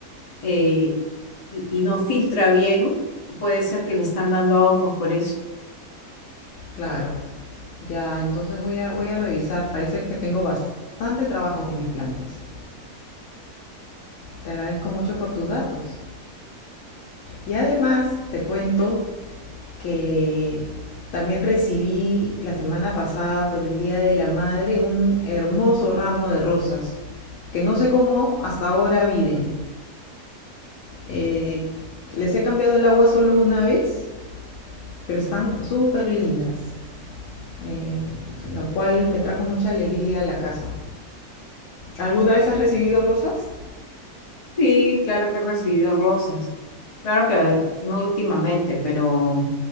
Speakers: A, on the left; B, on the left.
A: eh, y, y no filtra bien, puede ser que le están dando hongos por eso.
B: Claro. Ya, entonces voy a, voy a revisar. Parece que tengo bastante trabajo con mis plantas. Te agradezco mucho por tus datos. Y además te cuento que también recibí la semana pasada por el Día de la Madre un hermoso ramo de rosas que no sé cómo hasta ahora viven. Eh, les he cambiado el agua solo una vez, pero están súper lindas, eh, lo cual me trajo mucha alegría a la casa. ¿Alguna vez has recibido rosas?
A: Sí, claro que he recibido rosas. Claro que no últimamente, pero